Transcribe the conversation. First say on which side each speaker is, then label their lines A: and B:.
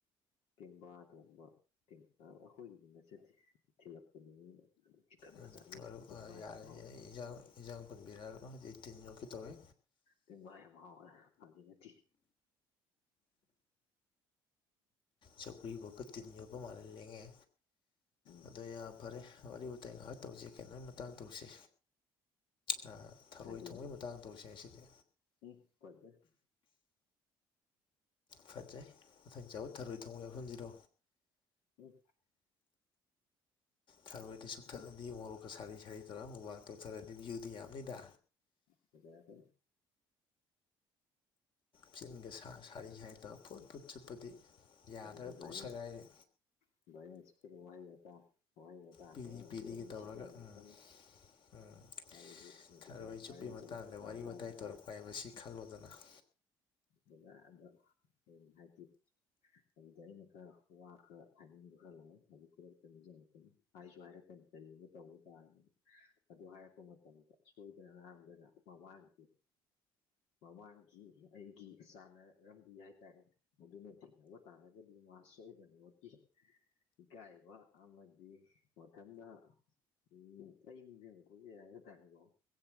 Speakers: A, on the left; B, on the left.
A: ꯇꯦꯡꯕꯥ ꯊꯣꯡꯕꯦꯡ ꯄꯦꯡ ꯑ ꯑꯈꯣꯏꯒꯤꯗꯤ ꯅꯠꯆꯗꯦ ꯑꯟꯏꯟꯇꯦꯜꯂꯤꯖꯦꯕꯜ
B: ꯎꯝ ꯃꯔꯨꯞ ꯌꯥꯔꯦ ꯏꯟꯖꯥꯡ ꯏꯟꯖꯥꯡ ꯄꯨꯟꯕꯤꯔꯛꯑꯒ ꯍꯧꯖꯤꯛ ꯇꯤꯟ ꯌꯣꯛꯀꯤ ꯇꯧꯋꯤ
A: ꯄꯦꯡꯕꯥꯏ ꯌꯥꯝ ꯍꯥꯎꯋꯦ ꯑꯗꯨꯒꯤ ꯅꯠꯇꯦ
B: ꯆꯧꯀ꯭ꯔꯤꯐꯥꯎꯒ ꯇꯤꯟ ꯌꯣꯛꯒ ꯃꯥꯜꯍ ꯂꯦꯡꯉꯦ
A: ꯎꯝ
B: ꯑꯗ ꯐꯔꯦ ꯋꯥꯔꯤ ꯋꯥꯋꯇꯥꯏ ꯉꯥꯏꯍꯥꯛ ꯇꯧꯁꯤꯩ ꯀꯩꯅꯣꯒꯤ ꯃꯇꯥꯡ ꯇꯧꯁꯤ ꯑ ꯊꯔꯣꯏ
A: ꯍꯥꯏꯕꯤꯌꯨ
B: ꯊꯣꯡꯕꯩ ꯃꯇꯥꯡꯗ ꯇꯧꯁꯦ ꯉꯁꯤꯗꯤ
A: <unintelligible>
B: ꯐꯖꯩ ꯃꯊꯪ ꯆꯥꯕ ꯊꯔꯣꯏ ꯊꯣꯡꯕ ꯌꯥꯍꯟꯁꯤꯔꯣ
A: ꯎꯝ
B: ꯈꯔꯣꯏꯗꯨ ꯆꯨꯞꯊꯠꯂꯗꯤ ꯃꯣꯔꯣꯛꯀ ꯁꯥꯔꯤ ꯁꯥꯔꯤ ꯇꯧꯔꯒ ꯃꯨꯕꯥꯥꯡ ꯇꯧꯊꯔꯗꯤ ꯕꯌꯨꯗꯤ ꯌꯥꯝꯅꯤꯗ
A: ꯀꯩꯗꯧꯔꯒꯦꯅꯦ
B: ꯆꯤꯟꯒ ꯁꯥ ꯁꯥꯔꯤ ꯁꯥꯔꯤ ꯇꯧꯔꯒ ꯐꯨꯠ ꯐꯨꯠ ꯆꯨꯞꯄꯗꯤ ꯌꯥꯗꯒ
A: ꯑꯗꯨꯗ ꯚꯥꯏꯔꯦꯜ
B: ꯇꯣꯛ ꯁꯒꯥꯏꯅꯤ
A: <unintelligible>
B: ꯄꯤꯔꯤ ꯄꯤꯔꯤꯒ ꯇꯧꯔꯒ ꯎꯝ ꯎꯝ
A: ꯍꯥꯏꯕꯗꯤ ꯃꯗꯨꯗ
B: ꯊꯔꯣꯏ ꯆꯨꯞꯄꯩ
A: ꯚꯥꯏꯔꯦꯜ
B: ꯃꯇꯥꯡꯗ
A: ꯆꯠꯂꯛꯄ ꯇꯥ
B: ꯋꯥꯔꯤ
A: ꯇꯥꯔꯒꯗꯤ
B: ꯋꯥꯇꯥꯏ ꯇꯧꯔꯛꯄ ꯍꯥꯏꯕꯁꯤ ꯈꯜꯂꯣꯗꯅ <inaudible>
A: ꯀꯌꯥꯗ ꯑꯗꯨ ꯍꯥꯏꯗꯤ ꯑꯗꯨꯗ ꯑꯩꯅ ꯈꯔ ꯋꯥ ꯈꯔ ꯍꯥꯏꯅꯤꯡꯗꯨ ꯈꯔ ꯂꯥꯛꯑꯦ ꯑꯗꯨꯛꯇꯉ ꯍꯥꯏꯁꯨ ꯍꯥꯏꯔꯛꯀꯅꯤ ꯀꯔꯤꯒꯅꯕ ꯇꯧꯕ ꯇꯥꯔꯅꯤ ꯑꯗꯨ ꯍꯥꯏꯔꯛꯄ ꯃꯇꯝꯗ ꯁꯣꯏꯗꯅ ꯉꯥꯡꯝꯗꯅ ꯃꯃꯥꯡꯒꯤ ꯃꯃꯥꯡꯒꯤ ꯑꯩꯒꯤ ꯆꯥꯟꯅꯔꯝꯕꯤ ꯍꯥꯏꯇꯥꯔꯦ ꯃꯗꯨꯅꯗꯤ ꯈꯕ ꯇꯥꯔꯒꯗꯤ ꯃꯥ ꯁꯣꯏꯗꯅꯃꯛꯀꯤ ꯏꯀꯥꯏꯕ ꯑꯃꯗꯤ ꯃꯊꯟꯗ ꯎꯝ ꯑꯩ ꯅꯤꯡꯖꯤꯡꯉꯛꯄꯖꯨ ꯌꯥꯏꯗ ꯇꯥꯔꯦꯀꯣ